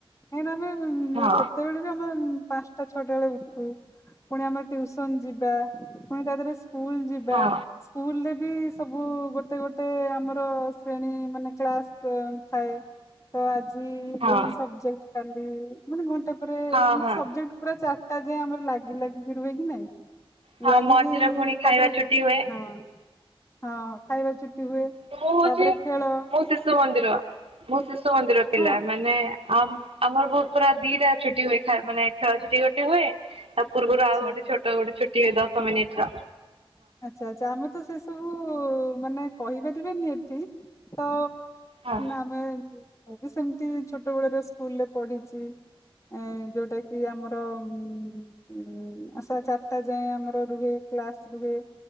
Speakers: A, on the left; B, on the right.
A: କାହିଁକି ନା ଆମେ ଉ-ଉ
B: ହଁ
A: ସେତେବେଳେ ବି ଆମେ ପାଞ୍ଚଟା ଛଅଟା ବେଳେ ଉଠୁ ପୁଣି ଆମେ ଟ୍ୟୁସନ ଯିବୁ। ବା ପୁଣି ତାଦେହରେ ସ୍କୁଲ ଯିବା।
B: ହଁ
A: ସ୍କୁଲରେ ବି ସବୁ ଗୋଟେ ଗୋଟେ ଆମର ଶ୍ରେଣୀ ମାନେ କ୍ଲାସ ଥାଏ ତ! ଆଜି ଇ
B: ହଁ
A: ଏଇ ସବଯେକଟ କାଲି ମାନେ ଘଣ୍ଟେ ପରେ
B: ହଁ
A: ଏମିତି
B: ହଁ
A: ସବଜେକଟ ପୁରା ଚା ତାଯାଏ ଆମର ଲାଗିଲାଗିକି ରୁହେ କି ନାଇଁ
B: ହଁ
A: ଲାଗିକି
B: ମଝିରେ ପୁଣି ଖାଇବା
A: ତାପରେ
B: ଛୁଟି ହୁଏ।
A: ହଁ ହଁ ଖାଇବା ଛୁଟି ହୁଏ
B: ମୁଁ ହଉଛି
A: ତାପରେ ଖେଳ
B: ମୁଁ ଶିଶୁମନ୍ଦିର ମୁଁ ଶିଶୁମନ୍ଦିର ପିଲା
A: ହଁ
B: ମାନେ ଆମ ଆମର ବହୁତ ପୁରା ଦିଟା ଛୁଟି ହୁଏ ମାନେ ଖେଳଛୁଟି ଗୋଟେ ହୁଏ ତା ପୂର୍ବରୁ
A: ଆଚ୍ଛା
B: ଆଉଗୋଟେ ଛୋଟ ଗୋଟେ ଛୁଟି ହୁଏ ଦଶମିନିଟର
A: ଆଚ୍ଛା ଆଚ୍ଛା ଆମର ତ ସେସବୁ ମାନେ କହିପାରିବେନି ଏଠି ତ
B: ହଁ
A: ଆମେ ଏବେ ସେମିତି ଛୋଟବେଳର ସ୍କୁଲରେ ପଢିଛି। ଏ ଯଉଟାକି ଆମର ଉ ସାଢେଚାରିଟା ଯାଏ ଆମର ରୁହେ କ୍ଲାସ ରୁହେ